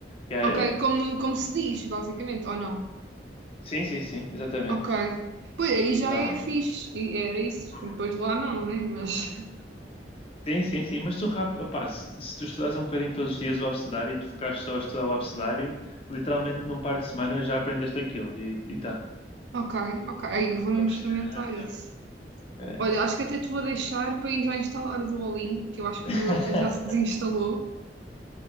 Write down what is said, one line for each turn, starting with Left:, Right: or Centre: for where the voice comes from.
Left: Yeah,
Right: Ok,
Left: yeah, yeah.
Right: como, como se diz, basicamente, ou não?
Left: Sim, sim, sim, exatamente.
Right: Ok. Pois aí
Left: Então,
Right: já é fixe, e era isso.
Left: Uhum.
Right: Depois lá não, né? Mas. <laughs>
Left: sim, sim, sim. Mas tu, rápido opá, se, se tu estudares um bocadinho todos os dias o abecedário e te focares só a estudar o abecedário, literalmente num par de semanas já aprendeste aquilo e, e tá.
Right: Ok, ok. Aí eu vou mesmo
Left: Não precisas
Right: experimentar
Left: de muito tempo.
Right: isso.
Left: Yeah,
Right: Olha, acho que até te vou deixar para ir já instalar o Duolingo, que eu acho que
Left: yeah.
Right: o meu até já se desinstalou.
Left: <laughs>